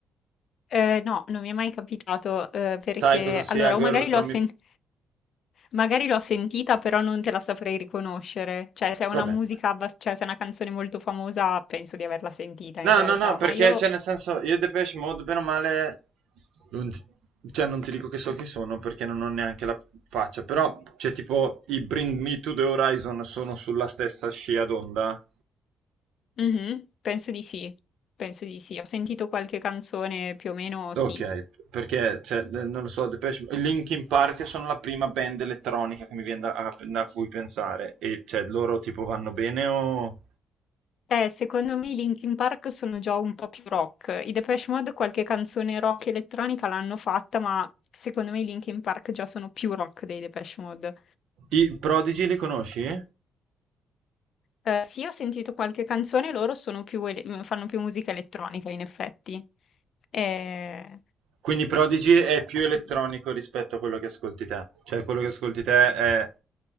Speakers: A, on the left (about 60°); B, on the right (about 80°).
A: Eh, no, non mi è mai capitato, eh, perché
B: Sai cosa sia
A: allora,
B: Girl
A: o magari
B: from
A: l'ho sentito
B: Ipanema?
A: Magari l'ho sentita, però non te la saprei riconoscere. Cioè, se è una
B: Vabbè.
A: musica, abbas- cioè se è una canzone molto famosa, penso di averla sentita
B: No,
A: in realtà,
B: no, no, perché,
A: ma io
B: cioè, nel senso, io Depeche Mode, bene o male, non ti, cioè, non ti dico che so chi sono perché non ho neanche la faccia, però, cioè, tipo, i Bring Me to the Horizon sono sulla stessa scia d'onda.
A: Mhm, penso di sì, penso di sì. Ho sentito qualche canzone più o meno,
B: Ok,
A: sì.
B: perché, cioè, eh, non lo so, Depeche Mode- Linkin Park sono la prima band elettronica che mi viene da, a- da cui pensare, e, cioè, loro, tipo, vanno bene o...
A: Eh, secondo me i Linkin Park sono già un po' più rock. I Depeche Mode qualche canzone rock elettronica l'hanno fatta, ma secondo me i Linkin Park già sono più rock dei Depeche Mode.
B: I Prodigy li conosci?
A: Eh, sì, ho sentito qualche canzone, loro sono più ele- fanno più musica elettronica, in effetti. Ehm,
B: Quindi Prodigy è più elettronico
A: quindi
B: rispetto a quello che ascolti te. Cioè, quello che ascolti te è